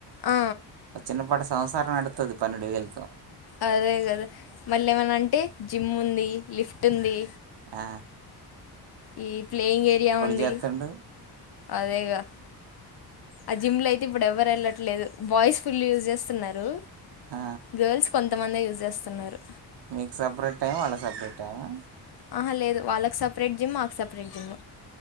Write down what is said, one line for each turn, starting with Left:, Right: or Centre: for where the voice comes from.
Left: ఆ
Right: చిన్నపాటి సంసారం పెడుతది పన్నెండు వేలతో
Left: అదే కదా మళ్ళీ ఏమన్నా అంటే జిమ్ ఉంది లిఫ్ట్ ఉంది
Right: ఆ
Left: ఈ ప్లేయింగ్ ఏరియా ఉంది
Right: చేస్తుండు
Left: అదేగా ఆ జిమ్ లో అయితే ఇప్పుడు ఎవరు వెళ్ళట్లేదు బాయిస్ ఫుల్ యూస్ చేస్తున్నారు
Right: ఆ
Left: గర్ల్స్ కొంతమంది యూజ్ చేస్తున్నారు
Right: నీకు సపరేట్ టైమ్ వాళ్ళకి సపరేట్ టైమా
Left: ఆహా లేదు వాళ్ళకి సపరేట్ జిమ్ మాకు సపరేట్ జిమ్